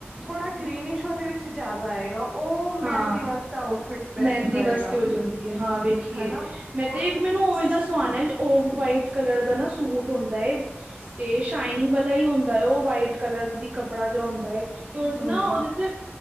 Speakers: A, in the centre; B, on the right.
A: ਥੋੜਾ ਗ੍ਰਨਸ ਦੇ ਵਿੱਚ ਜਿਆਦਾ ਆਏਗਾ ਉਹ ਮਹਿੰਦੀ
B: ਹਾਂ
A: ਵਾਸਤੇ ਆਊਟਫਿਟ ਬੈਸਟ
B: ਮਹਿੰਦੀ
A: ਰਹੇਗਾ।
B: ਵਾਸਤੇ ਹੋ ਹਾਂ ਵੇਖੀਏ
A: ਹਨਾ
B: ਮੈਂ
A: ਔਰ
B: ਤੇ
A: ਉਹਦੀ
B: ਇੱਕ ਮੈਨੂੰ ਉਵੇਂ ਦਾ ਸਵਾਉਨਾ ਹੈ ਓ ਵਾਈਟ ਕਲਰ ਦਾ। ਨਾ ਸੂਟ ਹੁੰਦਾ ਏ। ਤੇ ਸ਼ਾਇਨਿੰਗ ਵਾਲਾ ਹੀ ਹੁੰਦਾ ਹੈ ਉਹ ਵਾਈਟ ਕਲਰ ਦੀ ਕੱਪੜਾ ਜੋ ਹੁੰਦਾ ਹੈ। ਤੇ ਉਹ
A: ਹਮ
B: ਤੇ ਨਾ
A: ਹਮ
B: ਉਹਦੇ ਚ